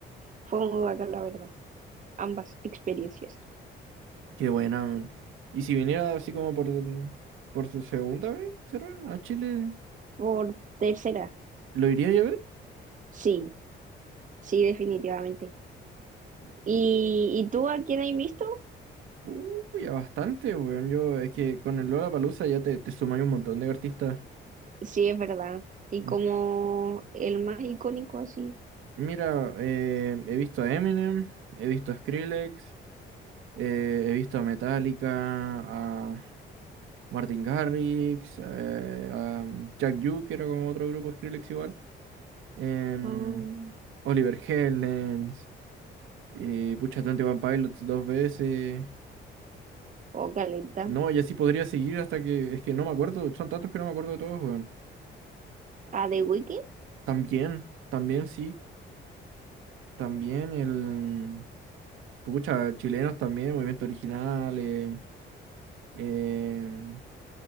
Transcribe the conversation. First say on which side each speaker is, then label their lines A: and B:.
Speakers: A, on the right; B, on the right.
A: fue muy bacán, la verdad, ambas experiencias.
B: Qué buena, man. Y si viniera así como por, por su segunda vez, ¿será? A Chile,
A: Por tercera,
B: ¿lo iría yo a ver?
A: sí, sí, definitivamente. ¿Y, y tú a quién has visto?
B: Uy, a bastante, weón. Yo, es que con el Lollapalooza ya te, te sumáis un montón de artistas.
A: Sí, es verdad. Y
B: M-
A: como el más icónico así,
B: Mira, eh, he visto a Eminem, he visto a Skrillex, eh, he visto a Metallica, a Martin Garrix, eh, a Jack U, que era como otro grupo Skrillex igual. em,
A: um,
B: Oliver Heldens. Eh, pucha, Twenty One Pilots dos veces.
A: o Caleta.
B: No, y así podría seguir hasta que. Es que no me acuerdo. Son tantos que no me acuerdo de todos, weón.
A: ¿A The Weeknd?
B: También, también sí. También el. Pucha, chilenos también, movimiento original. Eh, em,